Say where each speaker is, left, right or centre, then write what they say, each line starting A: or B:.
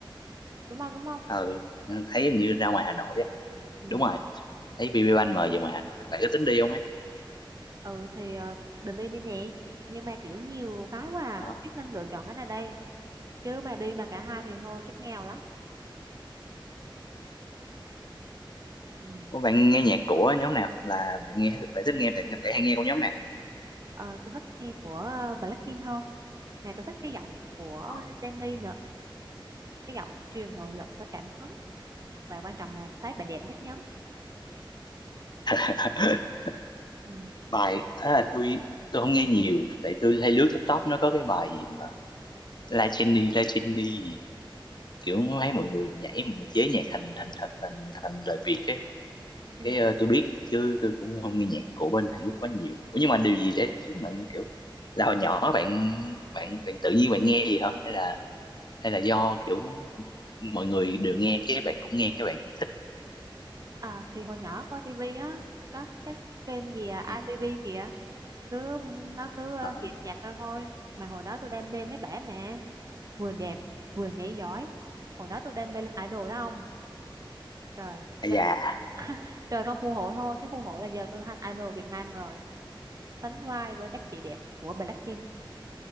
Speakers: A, on the right; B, on the left.
A: đúng không, đúng không?
B: à, ừ thấy hình như ra ngoài Hà Nội á
A: Ừ,
B: đúng rồi thấy BB Ban mời về ngoài Hà Nội á. bạn có tính đi không ấy
A: ừ thì ờ, định đi đi nè, nhưng mà kiểu nhiều cái quá à,
B: đó
A: không biết nên lựa chọn cái nào đây, chứ mà đi mà cả hai thì thôi chắc nghèo lắm. Ừ.
B: Ủa, bạn nghe nhạc của nhóm nào là bạn nghe bạn thích nghe bạn bạn hay nghe của nhóm nào
A: Ờ, tôi thích nghe của ờ, Blackpink hơn mà tôi thích cái giọng của
B: Đó.
A: Jennie nữa cái giọng truyền nội lực và cảm hứng và quan trọng là tôi thấy bà đẹp nhất nhóm
B: <laughs>
A: ừ.
B: bài à, tôi tôi không nghe nhiều tại tôi hay lướt TikTok nó có cái bài gì mà La Jenny La Jenny kiểu thấy mọi người nhảy mọi người chế nhạc thành thành thành thành thành lời Việt ấy
A: Ừ.
B: cái ờ, tôi biết chứ tôi cũng không nghe nhạc của bên Hàn Quốc quá nhiều Ủa, nhưng mà điều gì để khiến bạn kiểu là hồi nhỏ bạn bạn bạn tự nhiên bạn nghe gì hả hay là hay là do kiểu mọi người đều nghe cái bạn cũng nghe cái bạn thích
A: À, thì hồi nhỏ coi tivi á có cái cái kênh gì à,
B: ừ.
A: ITV kìa cứ nó cứ ờ,
B: Đó.
A: hiện nhạc ra thôi mà hồi đó tôi đam mê mấy bả mà vừa đẹp vừa nhảy giỏi hồi đó tôi đam mê làm idol đó ông trời
B: À,
A: do-
B: dạ
A: <laughs> trời không phù hộ thôi chứ phù hộ là giờ tôi thành idol Việt Nam rồi sánh vai với các chị đẹp của Blackpink